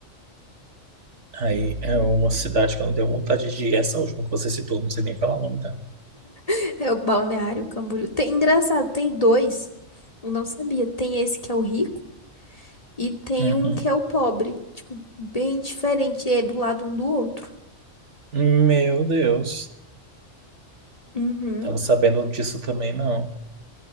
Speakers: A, on the right; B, on the left.
A: Aí é uma cidade que eu não tenho vontade de ir. Essa última que você citou, não sei nem falar o nome dela.
B: <laughs> É o Balneário Camboriú. Tem, engraçado, tem dois. Eu não sabia. Tem esse que é o rico e tem
A: Uhum.
B: um que é o pobre. Tipo, bem diferente, é do lado um do outro.
A: Meu Deus.
B: Uhum.
A: Tava sabendo disso também, não.